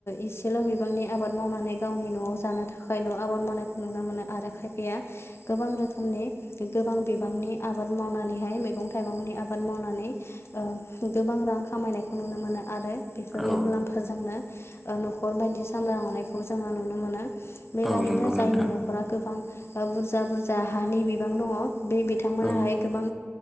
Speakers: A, on the left; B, in the centre.
A: एसे बिबांनि आबाद मावनानै गावनि नआव जानो थाखायल आबाद मावनायखौ नुनो मोनो आरो खायफाया गोबां रोखोमनि गोबां बिबांनि आबाद मावनानै हाय मैगं थाइगंनि आबाद मावनानै गोबां रां खामायनायखौ नुनो मोनो आरो बेफोरनि
B: औ
A: मुलाम्फाजोंनो नखर बायदि सामलाय लांनायखौ जों बेबादिनो
B: औ नंगौ
A: जायनि
B: नोंथां
A: नखरा गोबां बुरजा बुरजा हानि बिबां दंङ बे बिथांमोनाहाय
B: औ
A: गोबां